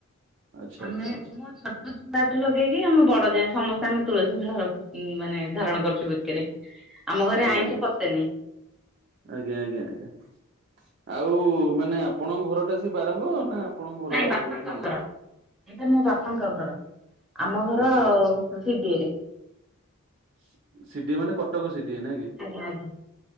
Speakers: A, on the right (about 45°); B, in the centre.
A: ଆଚ୍ଛା
B: ଆମେ
A: ଆଚ୍ଛା ଆଚ୍ଛା
B: ମୋ ଛ <unintelligible> ଛୁଆଠୁ ଲଗେଇକି ଆମେ ବଡ ଯାଏ ସମସ୍ତେ ଆମେ ତୁଳସୀ ମାଳ ଉଁ ମାନେ ଧାରଣ କରିଚୁ ବେକେରେ। ଆମ ଘରେ
A: ଆଜ୍ଞା
B: ଆଇଁଷ
A: ଆଜ୍ଞା
B: ପଶେନି।
A: ଆଜ୍ଞା ଆଜ୍ଞା ଆଜ୍ଞା। ଆଉ ମାନେ ଆପଣଙ୍କ ଘରଟା ସେ ବାରଙ୍ଗ ନା ଆପଣଙ୍କ ଘର
B: ନାଇଁ
A: ଆଉ
B: ବାପାଙ୍କ
A: କୋଉଠି?
B: ଘର। ଏଇଟା ମୋ ବାପାଙ୍କ ଘର ଆମ ଘର
A: ଆଚ୍ଛା
B: ସି ଡି ଏ ରେ।
A: ସି ସି ଡି ଏ ମାନେ କଟକ ସି ଡି ଏ ନାଇଁ କି?
B: ଆଜ୍ଞା ଆଜ୍ଞା।